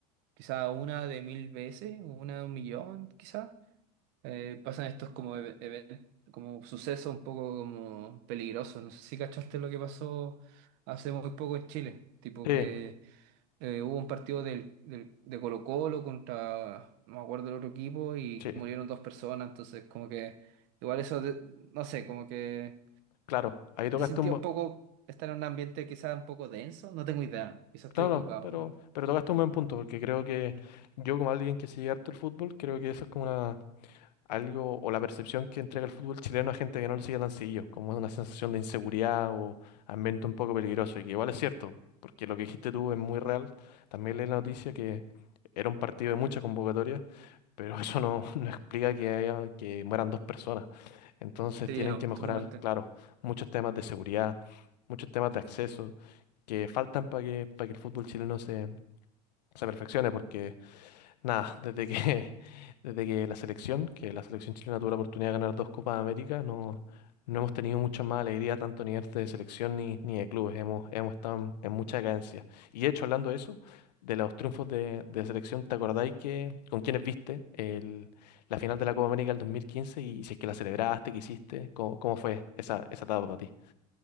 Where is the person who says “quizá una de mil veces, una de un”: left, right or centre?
Right